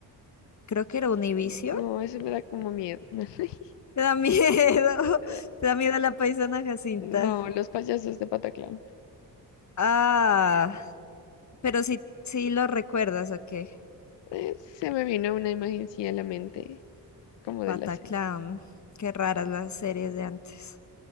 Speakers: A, on the left; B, on the left.
A: Creo que era Univicio.
B: No, eso me da como miedo. <laughs>
A: <laughs> Te da miedo.
B: Eh,
A: <laughs> Te da miedo la paisana Jacinta.
B: No, los payasos de Pataclown.
A: Ah, pero sí, sí lo recuerdas, ¿o qué?
B: Eh, se me vino una imagen sí a la mente, como
A: Pataclan.
B: de la serie.
A: Qué raras las series de antes.